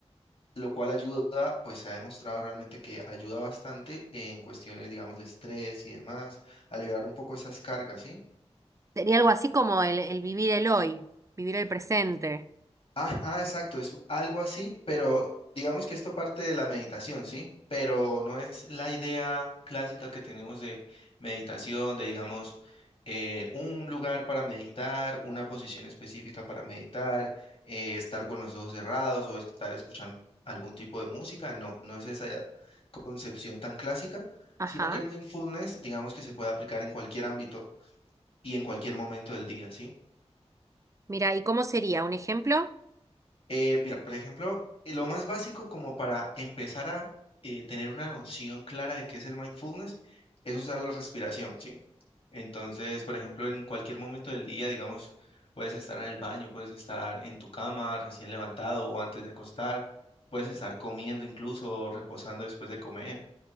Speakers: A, on the left; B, on the right.
A: lo cual ayuda, pues se ha demostrado realmente que ayuda bastante en cuestiones, digamos, de estrés y demás, a liberar un poco esas cargas, ¿sí?
B: Sería algo así como el, el vivir el hoy, vivir el presente.
A: Ajá, exacto, es algo así, pero digamos que esto parte de la meditación, ¿sí? Pero no es la idea clásica que tenemos de meditación, de digamos, eh, un lugar para meditar, una posición específica para meditar, eh, estar con los ojos cerrados o estar escuchando algún tipo de música, no, no es esa concepción tan clásica,
B: Ajá.
A: sino que el mindfulness, digamos que se puede aplicar en cualquier ámbito y en cualquier momento del día, ¿sí?
B: Mira, ¿y cómo sería? ¿Un ejemplo?
A: Eh, mira, por ejemplo, eh, lo más básico como para empezar a eh, tener una noción clara de qué es el mindfulness es usar la respiración, ¿sí? Entonces, por ejemplo, en cualquier momento del día, digamos, puedes estar en el baño, puedes estar en tu cama recién levantado o antes de acostar, puedes estar comiendo incluso o reposando después de comer.